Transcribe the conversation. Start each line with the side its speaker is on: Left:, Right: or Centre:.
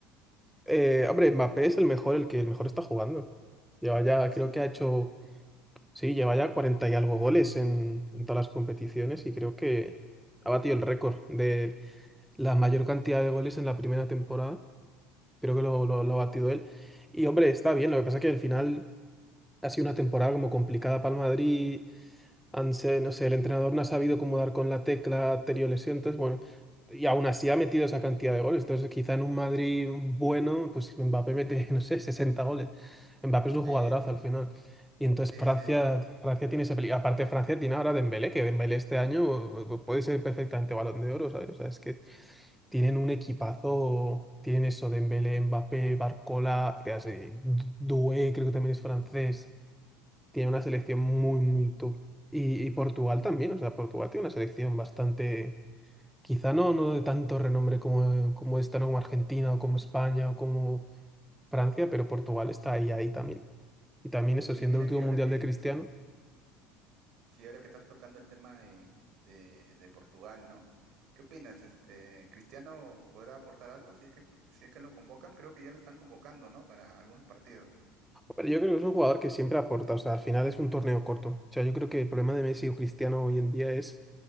Centre: Eh, hombre, Mbappé es el mejor, el que el mejor está jugando. Lleva ya,
Right: Sí,
Centre: creo que ha hecho Sí, lleva ya 40 y algo goles en, en todas las competiciones y creo que ha batido el récord de la mayor cantidad de goles en la primera temporada. Creo que lo, lo- lo ha batido él. Y hombre, está bien, lo que pasa es que al final ha sido una temporada como complicada para el Madrid han se- no sé, el entrenador no ha sabido cómo dar con la tecla anterior lesión, entonces bueno, y aún así ha metido esa cantidad de goles, entonces quizá en un Madrid bueno, pues Mbappé mete, <laughs> no sé, 60 goles. Mbappé es un
Right: sí,
Centre: jugadorazo al final. Y entonces
Right: sí,
Centre: Francia,
Right: sí.
Centre: Francia tiene esa peli- Aparte Francia tiene ahora Dembélé, que Dembélé este año eh, puede ser perfectamente Balón de Oro, ¿sabes? O sea, es que tienen un equipazo, tienen eso, Dembélé, Mbappé, Barcola, que hace- Du- Doué, creo que también es francés tiene una selección muy, muy top. Y, y Portugal también, o sea, Portugal tiene una selección bastante, quizá no, no de tanto renombre como, como esta, ¿no? Como Argentina o como España o como Francia, pero Portugal está ahí, ahí también. Y también eso,
Right: Y
Centre: siendo
Right: mira
Centre: el último
Right: que ahora
Centre: mundial
Right: que,
Centre: de Cristiano.
Right: Sí, ahora que estás tocando el tema de, de, de Portugal, ¿no? ¿Qué opinas? Este, ¿Cristiano podrá aportar algo si es que, si es que lo convocan? Creo que ya lo están convocando, ¿no? Para algunos partidos.
Centre: Pero yo creo que es un jugador que siempre aporta, o sea, al final es un torneo corto. O sea, yo creo que el problema de Messi o Cristiano hoy en día es